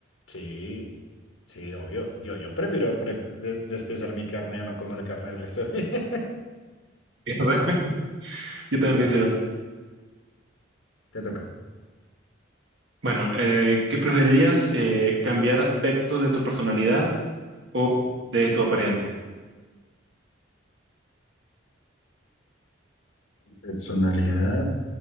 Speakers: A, on the left; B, on the right.
A: Sí, sí, obvio. Yo, yo prefiero pref- de- despiezar mi carne a no comer carne el resto. <laughs> de-
B: <laughs> ¿Verdad? Yo
A: Listo,
B: también pensé, igual.
A: te toca.
B: bueno, eh, ¿qué preferirías? eh, ¿cambiar aspectos de tu personalidad o de tu apariencia?
A: Personalidad